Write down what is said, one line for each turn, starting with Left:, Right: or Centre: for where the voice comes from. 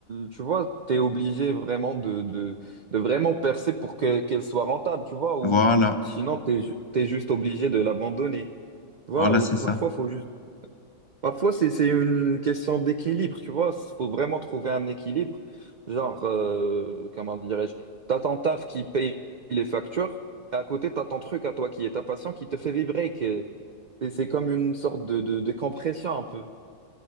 Right: tu vois, t'es obligé vraiment de, de, de vraiment percer pour que, qu'elle soit rentable, tu vois, ou
Left: Voilà,
Right: sinon t'es, ju- t'es juste obligé de l'abandonner. Tu vois,
Left: voilà, c'est
Right: euh,
Left: ça.
Right: parfois faut juste, parfois c'est, c'est une question d'équilibre, tu vois, faut vraiment trouver un équilibre, genre, euh, comment dirais-je, t'as ton taf qui paye les factures, et à côté t'as ton truc à toi qui est ta passion qui te fait vibrer, qui est- et c'est comme une sorte de, de de compression un peu.